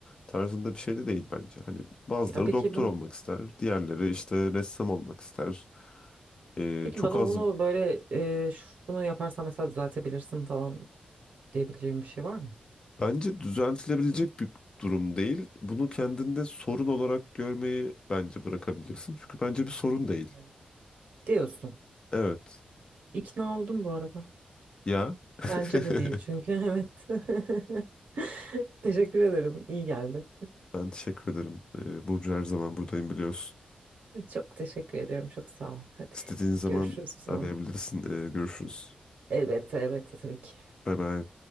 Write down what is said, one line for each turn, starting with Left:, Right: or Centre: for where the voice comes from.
Left: tarzında bir şey de değil bence. Hani bazıları
Right: Ya peki
Left: doktor
Right: bunu
Left: olmak ister, diğerleri işte ressam olmak ister. Ee,
Right: peki
Left: çok
Right: bana
Left: az
Right: bunu böyle e, şunu yaparsan mesela düzeltebilirsin falan diyebileceğim bir şey var mı?
Left: bence düzeltilebilecek bir durum değil. Bunu kendinde sorun olarak görmeyi bence bırakabilirsin. Çünkü bence bir sorun değil.
Right: Yani Diyorsun.
Left: Evet.
Right: İkna oldum bu arada.
Left: Ya.
Right: Bence
Left: <laughs>
Right: de değil çünkü <laughs> evet. <laughs> Teşekkür ederim. İyi geldi.
Left: Ben teşekkür ederim. Ee, Burcu her zaman buradayım biliyorsun.
Right: Çok teşekkür ediyorum. Çok sağ ol. Hadi
Left: İstediğin zaman
Right: görüşürüz o zaman.
Left: arayabilirsin. Ee, görüşürüz.
Right: Elbette elbette tabii ki.
Left: Bay bay.